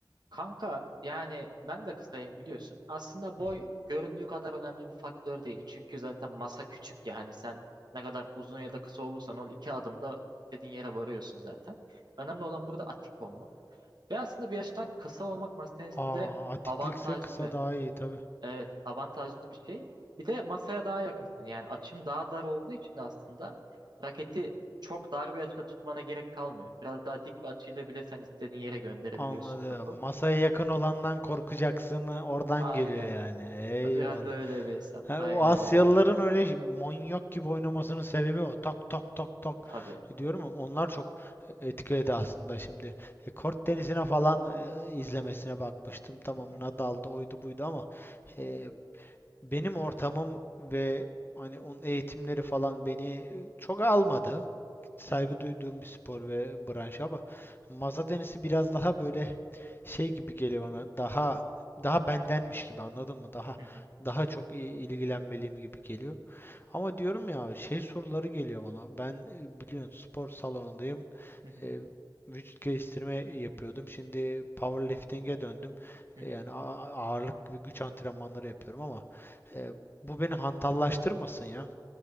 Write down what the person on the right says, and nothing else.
Kanka yani ben de kısayım biliyorsun. Aslında boy
göründüğü kadar önemli bir faktör değil. Çünkü zaten masa küçük ya hani sen ne kadar uzun ya da kısa olursan ol iki adımda istediğin yere varıyorsun zaten. Önemli olan burada atik olmak. Ve aslında bir yaştan kısa olmak masa tenisinde
avantajlı.
Evet avantajlı bir şey. Bir de masaya daha yakınsın. Yani açın daha dar olduğu için de aslında raketi çok dar bir açıda tutmana gerek kalmıyor. Biraz daha dik bir açıyla bile sen istediğin yere gönderebiliyorsun
topu.
Aynen.
Biraz da öyle bir hesap.
Aynen
öyle.
Tabii.
Hı
hı,
hı hı,
hı hı,
hı hı,
hı hı.